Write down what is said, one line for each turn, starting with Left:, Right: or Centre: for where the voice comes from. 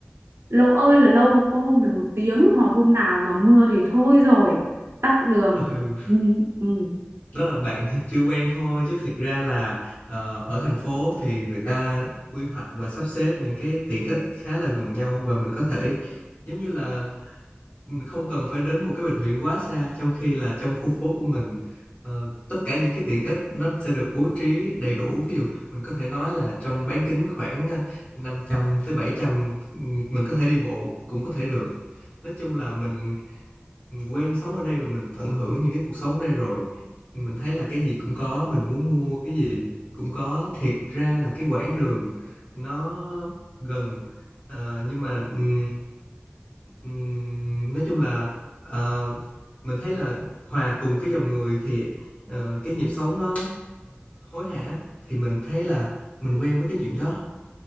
Right: lâu ơi là lâu có hôm phải một tiếng mà hôm nào mà mưa thì thôi rồi tắc đường
Left: ừ
Right: ừ. Ừ.
Left: đó là bạn <laughs> chưa quen thôi chứ thiệt ra là ờ, ở thành phố thì người ta quy hoạch và sắp xếp những cái tiện ích khá là gần nhau và mình có thể giống như là mình không cần phải đến một cái bệnh viện quá xa trong khi là trong khu phố của mình ờ, tất cả những cái tiện ích nó sẽ được bố trí đầy đủ ví dụ mình có thể nói là trong bán kính khoảng ờ, 500 tới 700 ừm, mình có thể đi bộ cũng có thể được nói chung là mình mình quen sống ở đây và mình tận hưởng những cái cuộc sống đây rồi mình thấy là cái gì cũng có mình muốn mua cái gì cũng có thiệt ra là cái quãng đường nó gần Ờ, nhưng mà ừm, ừm, nói chung là ờ, mình thấy là hòa cùng cái dòng người thì ờ, cái nhịp sống nó hối hả thì mình thấy là mình quen với cái chuyện đó